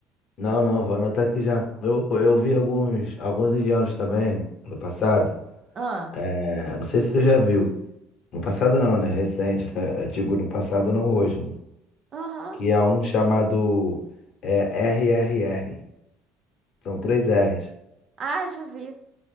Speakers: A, on the left (about 40°); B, on the right (about 35°).
A: Não, não, vou anotar aqui já. Eu, eu vi alguns, alguns indianos também no passado.
B: Ah,
A: É, não sei se você já viu. No passado não, né? Recente. né? <laughs> Eu Digo no passado, não hoje, né?
B: aham.
A: Que há um chamado é, RRR. São três R's.
B: Ah, já vi.